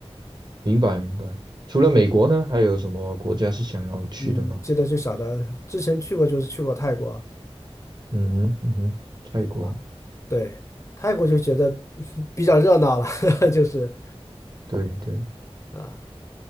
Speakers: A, on the right; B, on the left.
A: 明白明白。除了美国呢，还有什么国家是想要去的吗？
B: 嗯，记得就晓得，之前去过就是去过泰国
A: 嗯哼嗯哼，泰国，
B: 啊，对，泰国就觉得 <laughs> 比较热闹了，<laughs> 就是
A: 对对。
B: 啊，